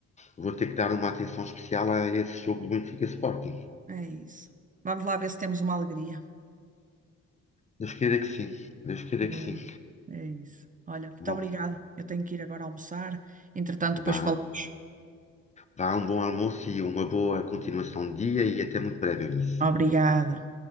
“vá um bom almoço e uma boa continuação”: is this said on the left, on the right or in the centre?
Left